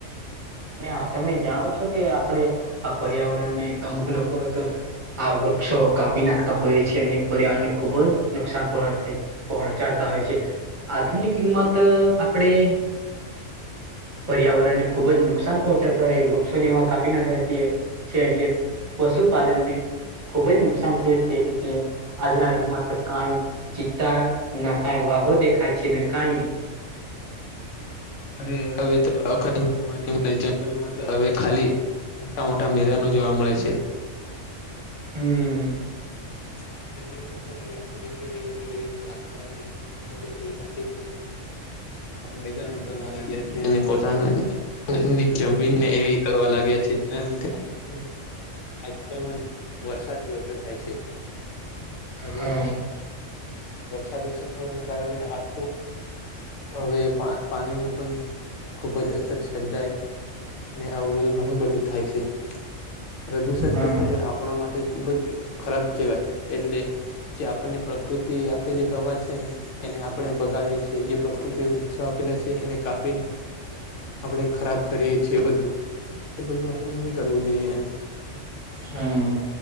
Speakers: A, on the right; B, on the left.
A: હા તમે જાણો છો કે આપડે આ પર્યાવરણને અમુક લોકો તો આ વૃક્ષો કાપી નાખતા હોય છે. પર્યાવારણને ખુબ જ નુકસાન પહો પહોચાડતા હોય છે. આધુનિક કિંમત અ આપણે, પર્યાવરણ ને ખુબ જ નુકસાન પહોંચાડતો હોય, વૃક્ષોને એવા કાપી નાખ્યા છીએ છે એટલે પશુપાલનને ખુબ જ નુકસાન થયું છે. એટલે આજના યુગ મા તો કાઈ ચિત્તા ના કાઈ વાઘો દેખાય છે ને કાઈ નહી
B: અરે હવે તો અકાની જવાની મળે જંગલમાં તો હવે ખાલી મોટા મોટા મેદાનો જોવા મળે છે.
A: હમ
B: અરે <unintelligible> જંગલ માં તો હવે આખું જંગલ જેવું તો રહી આખા લોકો છે જંગલ કાપી કાપી મેદાનો કરવા લાગ્યા છે અને પોતાના પસંદગી જમીન ને એવી કરવા લાગ્યા છે જેના લીધે આપણેે છે ને આજકાલમાં વરસાદ ભી ઓછો થાય છે. અને
A: હા
B: વરસાદ ઓછું થવાનું કારણે આખું હવે પાચ એનું પણ ખુબ જ અછત સર્જાય અને આવું બધું ઘણું બધું થાય છે. પ્રદુષણ
A: હા
B: તો છે ને આપણા માટે ખુબ જ ખરાબ કેહેવાય એટલે જે આપણને પ્રકૃતિ આપેલી હવા છે ને એને આપણેે બગાડીએ છીએ જે પ્રકૃતિ વૃક્ષા આપેલા છે એને કાપીને આપણે ખરાબ કરીએ છીએ બધું એ બધું પણ એ નહી કરવું જોઈએ એમ.
A: હમ્મ